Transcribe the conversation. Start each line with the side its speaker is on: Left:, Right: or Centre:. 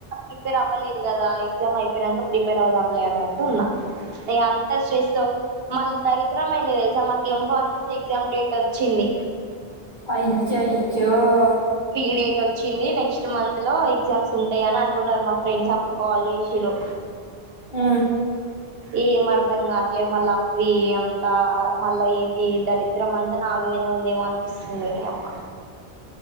Right: ప్రిపేర్ అవ్వలేదు వుంది గదా ఎగ్జామ్ అయిపోయినంక ప్రిపేర్ అవుదాంలే అన్నట్టు ఉన్న ఇగ అంత చేశ్రవ్ మళ్ళా దరిద్రమేంది దెల్సా మాకు ఏం ఫార్మసి ఎక్సమ్ డేట్ వ చ్చింది.
Left: అయింది. మంచిగ అయింది. <unintelligible>
Right: ఫీ డేట్ వచ్చింది నెక్స్ట్ మంత్ లో ఎగ్జామ్స్ ఉంటయ్ అని అంటున్నారు మా ఫ్రెండ్స్ అప్పుడు కాల్ చేశిర్రు.
Left: ఆ
Right: ఏమర్ధం కాట్లే మళ్ళ అవ్వి అంతా ఆ మళ్ళ ఇ ఈ దరిద్రం అంత నామిదనే ఉందేమో అనిపిస్తుంది, నీ అమ్మ.